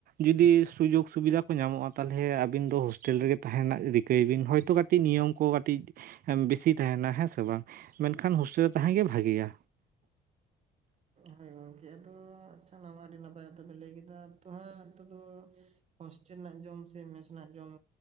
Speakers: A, on the right; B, on the right.
A: ᱡᱩᱫᱤ ᱥᱩᱡᱳᱠ ᱥᱩᱵᱤᱫᱟ ᱠᱚ ᱧᱟᱢᱚᱜ-ᱟ ᱛᱟᱦᱚᱞᱮ ᱟᱵᱤᱱ ᱫᱚ ᱦᱳᱥᱴᱮᱞ ᱨᱮᱜᱮ ᱛᱟᱦᱮᱸᱱ ᱨᱮᱱᱟᱜ ᱨᱤᱠᱟᱹᱭ ᱵᱤᱱ ᱦᱚᱭᱛᱚ <unintelligible> ᱼᱼ ᱠᱟᱹᱴᱤᱡ ᱱᱤᱭᱚᱢ ᱠᱚ ᱠᱟᱴᱤᱡ ᱵᱮᱥᱤ ᱛᱟᱦᱮᱱᱟ ᱦᱮᱸ ᱥᱮ ᱵᱟᱝ ᱢᱮᱱᱠᱷᱟᱱ ᱦᱳᱥᱴᱮᱞ ᱨᱮ ᱛᱟᱦᱮᱸ ᱜᱮ ᱵᱷᱟᱜᱮᱭᱟ᱾
B: ᱦᱚᱭ ᱜᱚᱝᱠᱮ ᱟᱫᱚ ᱥᱟᱱᱟᱢᱟᱜ ᱟᱰᱤ ᱱᱟᱯᱟᱭ ᱠᱟᱛᱷᱟ ᱵᱮᱱ ᱞᱟᱹᱭ ᱠᱮᱫᱟ ᱛᱚ ᱦᱟᱸᱜᱼᱼ ᱱᱚᱛᱮ ᱫᱚ ᱦᱳᱥᱴᱮᱞ ᱨᱮᱱᱟᱜ ᱡᱚᱢ ᱥᱮ ᱢᱮᱥ ᱨᱮᱱᱟᱜ ᱡᱚᱢᱼᱼ